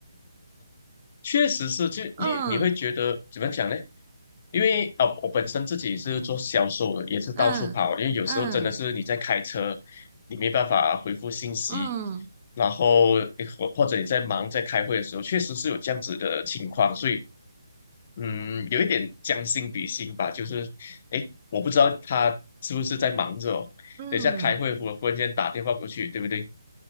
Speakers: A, on the left; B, on the right.
A: 确实是，就你你会觉得怎么讲呢？
B: 嗯
A: 因为啊、呃我本身自己是做销售的，也是到处跑。
B: 嗯嗯
A: 因为有时候真的是你在开车，你没办法回复信息，
B: 嗯
A: 然后你或或者你在忙在开会的时候，确实是有这样子的情况。所以，嗯，有一点将心比心吧，就是，诶，我不知道他是不是在忙着哦等一下开会，
B: 嗯，
A: 我忽然间打电话过去，对不对？